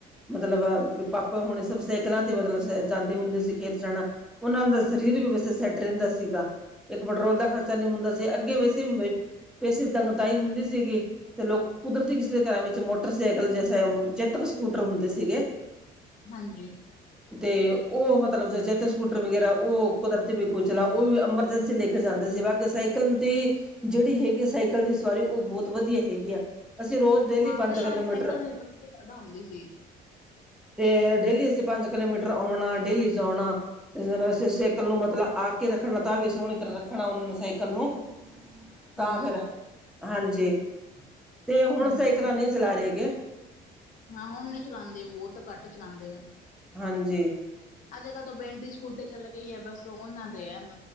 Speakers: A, in the centre; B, on the left (about 50°).
A: ਮਤਲਬ ਪਾਪਾ ਹੁਣੇ ਸਭ ਸਾਈਕਲਾਂ ਤੇ ਮਤਲਬ ਜਾਂਦੇ ਹੁੰਦੇ ਸੀ ਖੇਤ ਜਾਣਾ ਉਹਨਾਂ ਦਾ ਸਰੀਰ ਵੀ ਵੈਸੇ ਸੈੱਟ ਰਹਿੰਦਾ ਸੀਗਾ <inaudible> ਇੱਕ ਪੈਟਰੋਲ ਦਾ ਖਰਚਾ ਨਹੀਂ ਹੁੰਦਾ ਸੀ ਅੱਗੇ ਵੈਸੇ ਵੀ ਪੈਸੇ ਤੰਗਦਾਈ ਹੁੰਦੀ ਸੀਗੀ ਤੇ ਲੋਕ ਕੁਦਰਤੀ ਕਿਸੇ ਦੇ ਘਰਾਂ ਵਿੱਚ ਮੋ ਮੋਟਰਸਾਈਕਲ ਜਸੇ ਚੇਤਕ ਸਕੂਟਰ ਹੁੰਦੇ ਸੀਗੇ।
B: ਹਾਂਜੀ।
A: <inaudible> ਤੇ ਉਹ ਮਤਲਬ ਚੇਤਕ ਸਕੂਟਰ ਵਗੈਰਾ ਉਹ ਕੁਦਰਤੀ ਵੀ ਕੋਈ ਚਲਾ ਉਹ ਵੀ ਐਮਰਜੈਂਸੀ ਲੈ ਜਾਂਦੇ ਸੀ ਬਾਕੀ ਸਾਈਕਲ ਦੀ ਜਿਹੜੀ ਹੈਗੀ ਸਾਈਕਲ ਦੀ ਸਵਾਰੀ ਉਹ ਬਹੁਤ ਵਧੀਆ ਹੈਗੀ ਆ। ਅਸੀਂ ਰੋਜ਼ ਡੇਲੀ
B: ਹਾਂ
A: ਪੰਜ-
B: ਪਹਿਲਾਂ
A: ਕਿਲੋਮੀਟਰ।
B: ਸਾਈਕਲਾਂ ਦੀ ਵਰਤੋਂ ਜ਼ਿਆਦਾ ਹੁੰਦੀ ਸੀ
A: ਤੇ ਡੇਲੀ ਅਸੀਂ ਪੰਜ ਕਿਲੋਮੀਟਰ ਆਉਣਾ ਡੇਲੀ ਚ ਜਾਣਾ। ਤੇ ਸਾਈਕਲ ਨੂੰ ਮਤਲਬ ਆ ਕੇ ਰੱਖਣਾ ਤਾਂ ਵੀ ਸੋਹਣੀ ਤਰ੍ਹਾਂ ਰੱਖਣਾ ਉਹਨਾਂ ਨੇ ਸਾਈਕਲ ਨੂੰ ਤਾਂ
B: ਹੂੰ
A: ਫਿਰ ਹਾਂਜੀ ਤੇ ਹੁਣ
B: ਹੂੰ
A: ਸਾਈਕਲਾਂ ਨਹੀਂ ਚਲਾ ਰਹੇ ਗੇ।
B: ਹਾਂ ਹੁਣ ਨੀ ਚਲਾਉਂਦੇ ਬਹੁਤ ਘੱਟ ਚਲਾਉਂਦੇ ਐ।
A: ਹਾਂਜੀ।
B: ਅੱਜ- ਕੱਲ੍ਹ ਤੋਂ ਬੈਟਰੀ ਦੀ ਸਕੂਟੀ ਚੱਲ ਗਈ ਹੈ ਬਸ ਉਹਨਾਂ ਦੇ ਹੈ।